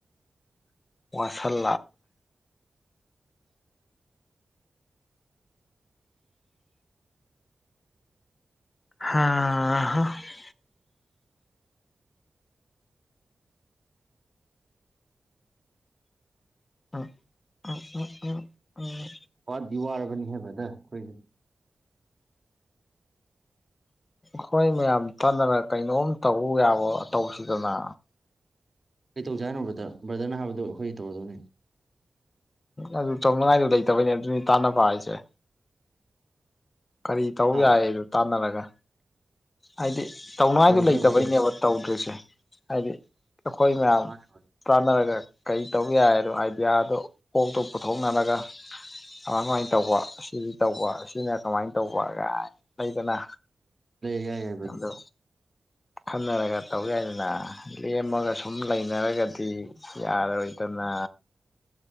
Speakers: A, on the left (about 45°); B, on the right (about 40°).
A: ꯋꯥꯁꯜ <unintelligible> ꯎꯝ ꯎ ꯎꯝ ꯎꯝ ꯎꯝ
B: ꯋꯥꯗꯤ ꯋꯥꯔꯕꯅꯤ ꯍꯥꯏꯕꯗ ꯑꯩꯈꯣꯏꯁꯦ
A: ꯍꯣꯏ ꯃꯌꯥꯝ ꯇꯥꯟꯅꯔ ꯀꯩꯅꯣꯝ ꯇꯧ ꯌꯥꯕ ꯇꯧꯕꯁꯤꯗꯅ
B: ꯀꯩꯧꯥ ꯍꯥꯏꯅꯣꯕ꯭ꯔꯗ ꯕ꯭ꯔꯗꯅ ꯍꯥꯏꯕꯗꯣ ꯑꯩꯈꯣꯏ ꯇꯧꯔꯗꯣꯏꯅꯤ
A: ꯑꯗꯨ ꯇꯪ ꯃꯉꯏꯗ ꯂꯩꯇꯕꯅꯦ ꯑꯗꯨꯅꯤ ꯇꯥꯟꯅꯕ ꯍꯥꯏꯁꯦ ꯀꯔꯤ ꯇꯧ
B: ꯍꯥ
A: ꯌꯥꯏ ꯑꯗꯨ ꯇꯥꯟꯅꯔꯒ ꯍꯥꯏꯗꯤ ꯇꯧꯅꯉꯥꯏꯗ
B: ꯇꯧꯔꯁꯦ
A: ꯂꯩꯇꯕꯩꯅꯦꯕ
B: ꯕ꯭ꯔꯗꯔ
A: ꯇꯧꯗ꯭ꯔꯤꯁꯦ ꯍꯥꯏꯗꯤ ꯈꯣꯏ ꯃꯝ
B: ꯃꯥꯅꯦ
A: ꯇꯥꯟꯅꯔꯒ ꯀꯔꯤ ꯇꯧꯕ ꯌꯥꯏꯅꯣ ꯑꯥꯏꯗꯤꯌꯥꯗꯣ ꯀꯣꯛꯇꯣ ꯄꯨꯊꯣꯛꯅꯔꯒ ꯃꯥꯏ ꯁꯃꯥꯏꯅ ꯇꯧꯕ ꯁꯤꯁꯤ ꯇꯧꯕ ꯁꯤꯅ ꯀꯃꯥꯏꯅ ꯇꯧꯕ ꯂꯩꯗꯅ
B: ꯂꯩꯦ ꯌꯥꯏ ꯌꯥ
A: ꯑꯗꯣ ꯈꯟꯅꯔꯒ ꯇꯧ ꯌꯥꯏꯗꯅ ꯂꯦꯝꯃꯒ ꯁꯨꯝ ꯂꯩꯅꯔꯒꯗꯤ ꯌꯥꯔ ꯑꯣꯏꯇꯅ